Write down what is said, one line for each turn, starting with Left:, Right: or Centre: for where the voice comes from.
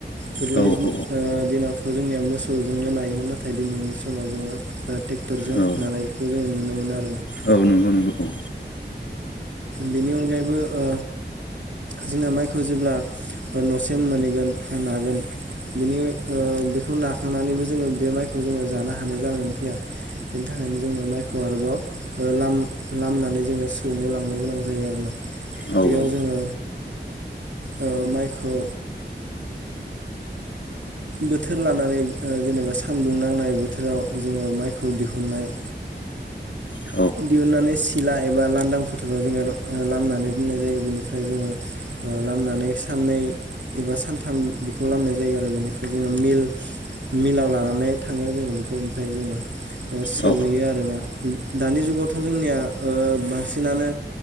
Right: गोदोनि
Left: औ
Right: ओ दिनावथ' जोंनिया मोसौजोंनो नायोमोन नाथाय दिनैनि समाव जोङो ट्रेक्टरजों
Left: औ
Right: नानायखौ जोङो नुनो मोनो आरो।
Left: औ नंगौ नंगौ औ।
Right: बेनि अनगायैबो ओ जोंना माइखौ जेब्ला न'सिम मोनहैगोन नागोन बिनि ओ बेखौ नाखांनानैबो जोङो बे माइखौ जोङो जानो हानाय जानानै फैया। बेनि थाखायनो जोङो माइखौ आरोबाव ओ लाम लामनानै जोङो सौनो लांनो गोनां जायो आरोना
Left: औ
Right: बेयाव
Left: औ
Right: जोङो ओ माइखौ बोथोर लानानै ओ जेनेबा सानदुं नांनाय बोथोराव जोङो माइखौ दिहुननाय
Left: औ
Right: दिहुननानै सिला एबा लांदां फोथाराव जोङो लामनानै दोननाय जायो बेनिफ्राय जोङो ओ लामनानै साननै एबा सानथाम बेखौ लामनाय जायो आरो बेनिफ्राय जोङो मिल मिलाव लानानै थाङो जोङो बेखौ ओमफ्राय जोङो सौहैयो
Left: औ
Right: आरो ना दानि जुगावथ' जोंनिया ओ बांसिनानो